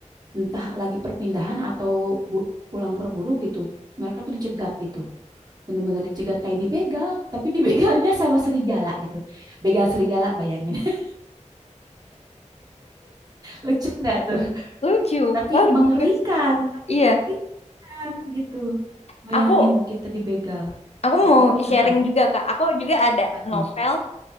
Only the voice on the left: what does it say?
lucu,
bagus.
Iya,
aku
aku
mau sharing
juga kak. Aku juga ada
novel.